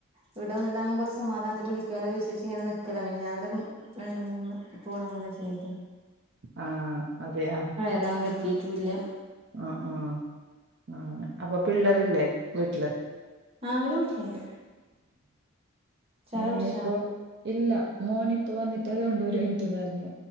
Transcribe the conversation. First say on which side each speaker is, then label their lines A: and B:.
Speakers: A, on the right; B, on the right.
A: ഇവിടെ വന്നിട്ടാവുമ്പോ കൊറച്ച് സമാധാനത്തിൽ വിളിക്കാലോ വിശേഷിങ്ങനെ നിക്കലോ മെനഞ്ഞാന്നല മ് രണ്ട് മൂന്ന് കോൾ അങ്ങനെ ചെയ്ത്
B: ആഹ് അതെയാ
A: വരാൻ പറ്റീട്ടും ഇല്ല്യാ
B: ആഹ് ആഹ് ആഹ് അപ്പൊ പിള്ളേരില്ലേ വീട്ടില്
A: ആഹ് അവര് വീട്ടിലുണ്ട് ചായ
B: മോന
A: കുടിച്ചാ
B: ഇപ്പോ ഇല്ല മോനിപ്പോ വന്നിട്ട് അതുകൊണ്ട് ഒരു മിനിറ്റ്ന്ന് പറഞ്ഞ്